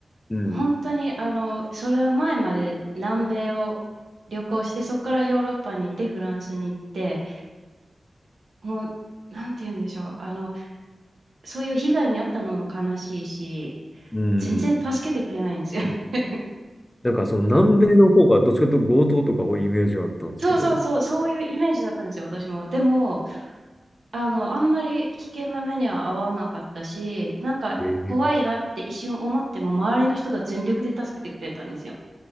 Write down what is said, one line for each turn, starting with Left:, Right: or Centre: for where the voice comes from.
Left: うん。
Right: 本当に、あの、それ前まで南米を旅行して、そこからヨーロッパに行って、フランスに行って、もう、なんて言うんでしょう。あの、そういう被害に遭ったのも悲しいし、
Left: うん。
Right: 全然助けてくれないんですよ。<laughs>
Left: なんかその南米の方がどっちかというと強盗とか多いイメージがあったんですけど、
Right: そうそうそう、そういうイメージだったんですよ、私も。でも、あの、あんまり危険な目には遭わなかったし、なんか怖いなって一瞬思っても、
Left: ええ
Right: 周りの人が全力で助けてくれたんですよ。